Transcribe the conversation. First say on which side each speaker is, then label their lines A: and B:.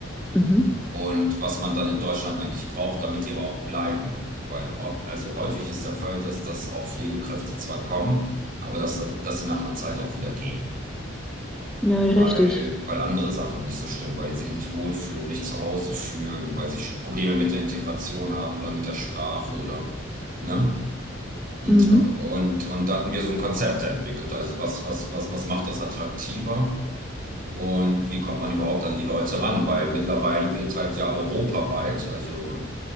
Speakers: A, in the centre; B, on the right.
A: mhm,
B: und was man dann in Deutschland eigentlich braucht, damit die aber auch bleiben. Weil oft- also häufig ist der Fall, dass das auch Pflegekräfte zwar kommen, aber dass dann, dass sie nach einer Zeit auch wieder gehen,
A: ja,
B: weil,
A: richtig.
B: weil andere Sachen nicht so stimmen, weil sie sich nicht wohlfühlen, nicht zu Hause fühlen, weil sie Probleme mit der Integration haben oder mit der Sprache oder, ne? Und,
A: Mhm.
B: und da hatten wir so ein Konzept entwickelt. Also was, was, was, was macht das attraktiver? Und wie kommt man überhaupt an die Leute ran? Weil mittlerweile wird halt ja europaweit, also